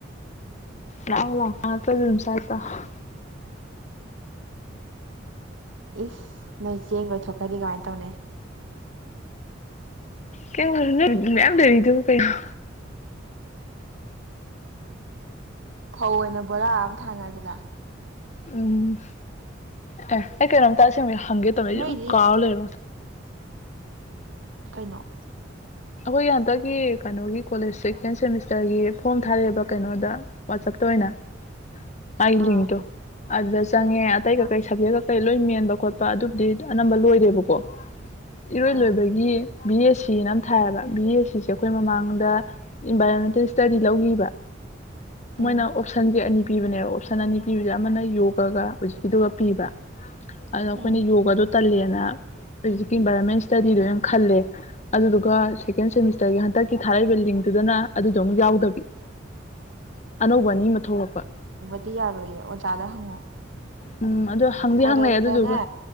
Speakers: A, on the left; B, on the right.
A: ꯂꯥꯛ ꯂꯥꯛꯑꯣ꯫ <inaudible>
B: ꯏꯁ ꯅꯣꯏ ꯆꯦꯡ ꯂꯣꯏꯊꯣꯛꯈ꯭ꯔꯗꯤ ꯀꯃꯥꯏꯅ ꯇꯧꯅꯤ꯫
A: ꯀꯩꯝ ꯈꯜꯂꯨꯅꯨ ꯃꯌꯥꯝ ꯂꯩꯔꯤꯗꯨ ꯀꯩꯅꫭ꯫
B: ꯐꯧ ꯑꯣꯏꯅ ꯕꯣꯔꯥ ꯑꯃ ꯊꯥꯡꯉꯑꯁꯤꯔꯥ꯫
A: ꯎꯝ ꯑꯦ ꯑꯩ ꯀꯩꯅꯣꯝꯇꯥ ꯑꯁꯦꯡꯕꯩ ꯍꯪꯒꯦ ꯇꯧꯔꯥꯁꯦ
B: ꯅꯣꯏꯗꯤ
A: ꯑꯗꯨꯨꯝ ꯀꯥꯎ ꯂꯩꯔ꯫
B: ꯀꯩꯅꯣ꯫
A: ꯑꯩꯈꯣꯏꯒꯤ ꯍꯟꯗꯛꯀꯤ ꯀꯩꯅꯣꯒꯤ ꯀꯣꯂꯦꯖ ꯁꯦꯀꯦꯟ ꯁꯦꯃꯤꯁꯇꯔꯒꯤ ꯐꯣꯔꯝ ꯊꯥꯔꯛꯑꯦꯕ ꯀꯩꯅꯣꯗ꯫ ꯋꯥꯆꯞꯇ ꯑꯣꯏꯅ ꯃꯥꯒꯤ
B: ꯑꯥ
A: ꯂꯤꯡꯇꯣ ꯑꯗꯨꯗ ꯆꯪꯉꯦ ꯑꯇꯩ ꯀꯀꯩ
B: ꯑꯥ
A: ꯁꯞꯖꯦꯛ ꯀꯩ ꯂꯣꯏ ꯃꯦꯟꯕ ꯈꯣꯠꯄ ꯑꯗꯨꯕꯨꯗꯤ ꯑꯅꯝꯕ ꯂꯣꯏꯔꯦꯕꯀꯣ ꯏꯔꯣꯏ
B: ꯑꯥ
A: ꯂꯣꯏꯕꯒꯤ ꯕꯤ ꯑꯦꯁ ꯁꯤ ꯅ ꯊꯥꯑꯦꯕ ꯕꯤ ꯑꯦ ꯁꯤꯁꯦ ꯑꯩꯈꯣꯏ ꯃꯃꯥꯡꯗ ꯏꯟꯚꯥꯏꯔꯣꯟꯃꯦꯟꯇꯦꯜ ꯏꯁꯇꯗꯤ ꯂꯧꯈꯤꯕ꯫
B: ꯎꯝ
A: ꯃꯣꯏꯅ ꯑꯣꯞꯁꯟꯁꯦ ꯑꯅꯤ ꯄꯤꯕꯅꯦꯕ ꯑꯣꯞꯁꯟ ꯑꯅꯤ ꯄꯤꯕꯁꯦ ꯑꯃꯅ ꯌꯣꯒꯒ ꯍꯧꯖꯤꯛꯀꯤꯗꯨꯒ ꯄꯤꯕ꯫ ꯑꯗꯨꯅ ꯑꯩꯈꯣꯏꯅ
B: ꯎꯝ
A: ꯌꯣꯒꯥꯗꯣ ꯇꯜꯂꯦꯅ ꯍꯧꯖꯤꯛꯀꯤ ꯏꯟꯚꯥꯏꯔꯣꯟꯃꯦꯟ ꯏꯁꯇꯗꯤꯗꯣ ꯑꯣꯏꯅ ꯈꯜꯂꯦ ꯑꯗꯨꯗꯨ ꯑꯗꯨꯒ ꯁꯦꯀꯦꯟ ꯁꯦꯃꯤꯁꯇꯔꯒꯤ ꯍꯟꯇꯛꯀꯤ ꯊꯥꯔꯛꯏꯕ ꯂꯤꯡꯇꯨꯗꯅ ꯑꯗꯨꯗꯣ ꯑꯃꯨꯛ ꯌꯥꯎꯗꯕꯤ꯫ ꯑꯅꯧꯕ ꯑꯅꯤ ꯑꯃ ꯊꯣꯛꯂꯛꯄ꯫
B: ꯗꯤ ꯌꯥꯔꯣꯏꯌꯦ ꯑꯣꯖꯥꯗ ꯍꯪꯉꯣ꯫
A: ꯎꯝ ꯑꯗꯣ ꯍꯪꯗꯤ
B: ꯀꯣꯂꯦꯖꯇꯅꯦ
A: ꯍꯪꯅꯩ ꯑꯗꯨꯗꯨꯒ